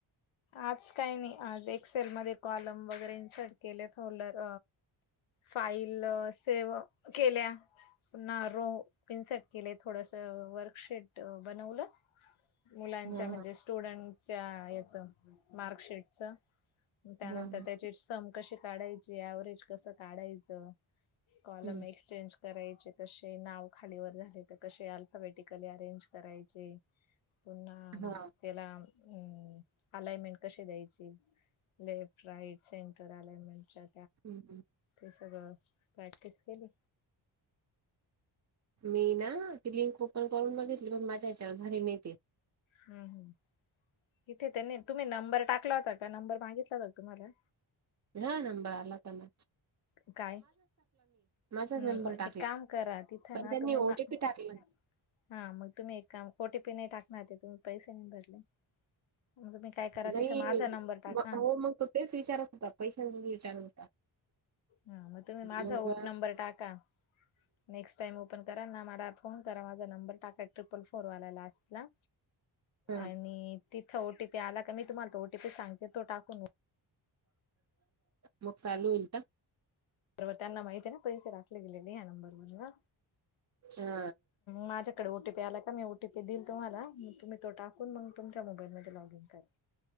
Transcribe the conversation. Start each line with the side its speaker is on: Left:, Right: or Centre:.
Left: आज काही नाही एक्सेलमध्ये ध्ये कॉलम वगैरे इन्सर्ट केले फोल्डर फाईल सेव्ह केल्या. पुन्हा रो पिनसेट केले थोडस वर्कशीेट बनवलं. मुलांच्या
Right: हा
Left: म्हणजे स्टुडंटच्या याच मार्कशीटच त्यानंतर
Right: हा हा
Left: त्याची सम कशी काढायची व्हरेज कसं काढायचं. कॉलम
Right: हम्म
Left: एक्सचेंज करायचे कसे नाव खालीवर झाले तर कसे अल्फाबेटिकली अरेंज करायचे. पुणाम
Right: हा
Left: त्याला अ अलाइनमेंट कशी द्यायची लेफ्ट राईट से र आ म्हण त्या
Right: हम्म
Left: ते सगळं प्रॅक्टिस केली.
Right: मी ना ती लिंक ओपन करून बघितली पण माझ्या हच्यावर झाली नाहीती.
Left: हम्म हम्म इथे तर नाही तुम्ही नंबर टाकला होता का नंबर मागितला का तुम्हाला
Right: हा नबरला काला
Left: ह काय
Right: माझाच
Left: हम्
Right: नंबर टाकला
Left: एक काम करा तिथं
Right: पण
Left: ना
Right: त्यांनी
Left: तुम्ही
Right: ओटीपी
Left: <unintelligible>
Right: टाकला
Left: हा मग तुम्ही एक काम टी पी नाही टाकणार ते तुम्ही पैसे नाही भरले मग तुम्ही काय करा
Right: नाही
Left: तिथे माझा नंबर टाका
Right: मग हो मग तो तेच विचारत होता पैशांचा विचारत होता.
Left: हा मग तुम्ही माझा
Right: मग
Left: ओट नंबर टाका नेक्स्ट ामओपन करा ना मला फोन करा माझा नंबर टाकाय. ट्रिपल फोर वाला लास्ट ला
Right: हा
Left: आणि तिथं ओी आला का मी तुम्हाला टी सांगते तो टाकून.
Right: मोग सार विट
Left: बरोर त्यांना माहिित आहे ना पैसे राखले गेलेले या्या नंबर वन ला
Right: हा
Left: माझ्या इकडे ओ टी पी आला काी ओ टी पी दिल तुम्हाला मग तुम् त टाक मग तुमच्या मोबाईल ममध्ये लॉग इन कर.